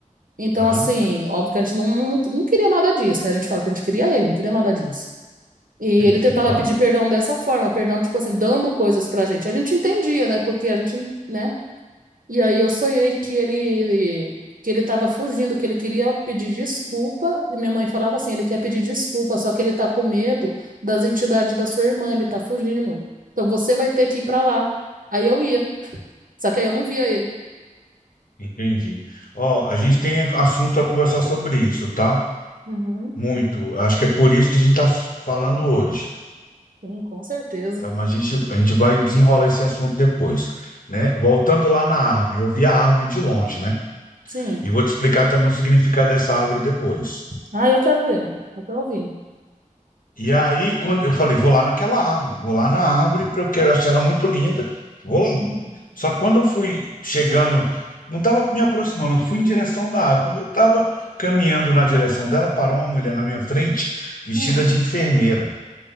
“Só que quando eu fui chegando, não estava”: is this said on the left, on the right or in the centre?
Left